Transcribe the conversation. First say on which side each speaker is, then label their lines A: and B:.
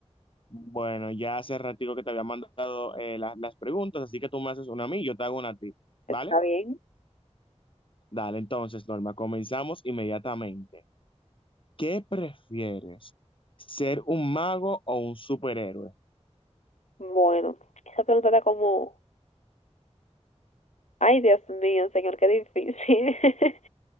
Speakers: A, on the left (about 50°); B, on the left (about 80°).
A: Bueno, ya hace ratito que te había mandado eh, las, las preguntas, así que tú me haces una a mí, yo te hago una a ti, ¿vale?
B: Está bien.
A: Dale, entonces, Norma, comenzamos inmediatamente. ¿Qué prefieres? ¿Ser un mago o un superhéroe?
B: Bueno, esa pregunta está como, ay Dios mío, señor, qué difícil. <laughs>